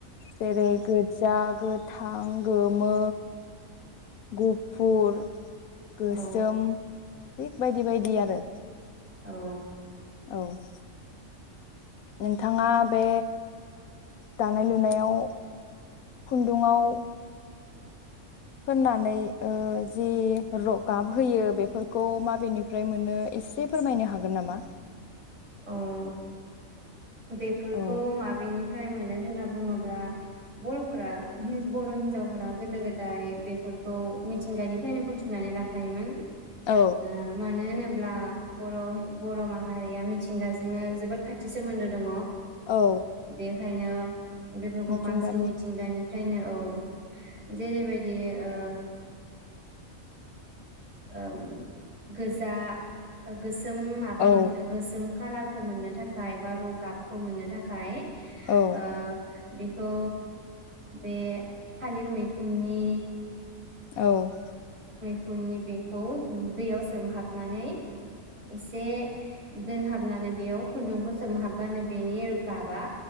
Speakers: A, on the left; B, on the right.
A: जेरै गोज्जा, गो थां, गोमो, गुफुर, <inaudible> गोसोम,
B: औ
A: थिग बायदि बायदि आरो।
B: औ
A: औ। नों थाङा बे दानाय लुनायाव खुन्दुङाव फोननानै ओ जि र' गाब होयो बेफोरखौ माबेनिफ्राय मोनो एसे फोरमायनो हागोन नामा?
B: अह। बेफोरखौ
A: औ
B: माबेनिफा फाय मोनो होनना बुङोब्ला बर'फोरा हिन बर' हिनजावफोरा गोदो गोदाय बेफोरखौ मिथिंगानिफ्रायनो बुथुमनानै लाखायोमोन।
A: औ
B: ओ मानो होनो ब्ला बर' हे बर' माहारिया मि थिंगाजोंनो जोबोद खाथि सोमोन्दो दङ।
A: औ
B: बेखायनो बेफोरखौ
A: मिथिंगानि
B: बांसिन मिथिंगानिफ्रायनो औ। जेरैबायदि ओ ओम गोजा गोसो <unintelligible> माबा
A: औ
B: मोन गोसोम कालारखौ मोननो थाखाय बा र' गाबखौ मोननो थाखाय
A: औ
B: ओ बे खौ बे थालिर मैखुननि
A: औ।
B: खुननि बेखौ दैयाव सोमहाबनानै एसे दोनहाबनानै बेयाव खुन्दुंखौ सोमहाबबानो बेनि गाबा